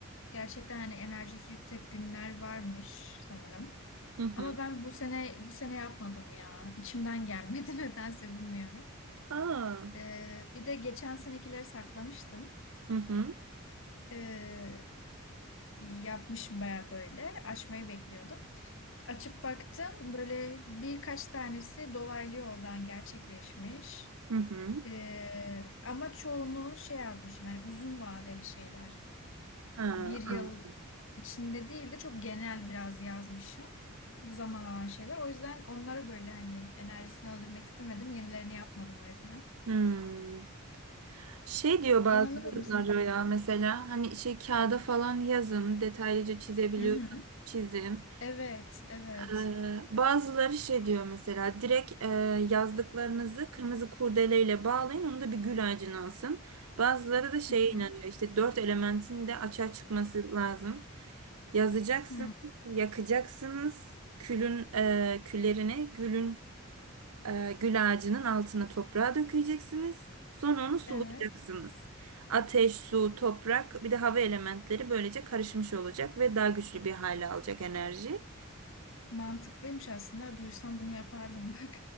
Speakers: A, on the left (about 60°); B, on the right (about 85°).
A: gerçekten hani enerjisi yüksek günler varmış sanırım.
B: Hı hı.
A: Ama ben bu sene bu sene yapmadım ya. İçimden gelmedi <laughs> nedense bilmiyorum.
B: Aa.
A: Ee, bir de geçen senekileri saklamıştım.
B: Hı hı.
A: Ee, yapmışım baya böyle açmayı bekliyordum. Açıp baktım böyle birkaç tanesi dolaylı yoldan gerçekleşmiş.
B: Hı hı.
A: Ee, ama çoğunluğunu şey yazmışım yani uzun vadeli şeyler.
B: Ha,
A: Bir yıl
B: an-
A: içinde değil de çok genel biraz yazmışım. Zaman alan şeyler. O yüzden onları böyle hani enerjisini öldürmek istemedim. Yenilerini yapmadım o yüzden.
B: hmm. Şey diyor bazıları
A: İnanıyorum sanırım.
B: ya mesela hani şey kağıda falan yazın detaylıca çizebiliyorsanız
A: Hı hı.
B: çizin.
A: Evet, evet.
B: Ee, bazıları şey diyor mesela direkt e, yazdıklarınızı kırmızı kurdeleyle bağlayın onu da bir gül ağacına asın. Bazıları da şeye
A: Hı hı.
B: inanıyor işte dört elementin de açığa çıkması lazım. Yazacaksınız,
A: Hı.
B: yakacaksınız, külün e, küllerini gülün e, gül ağacının altına toprağa dökeceksiniz. Sonra onu sulayacaksınız.
A: Evet.
B: Ateş, su, toprak bir de hava elementleri böylece karışmış olacak ve daha güçlü bir hale alacak enerji.
A: Mantıklıymış aslında. Duysam bunu yapardım bak.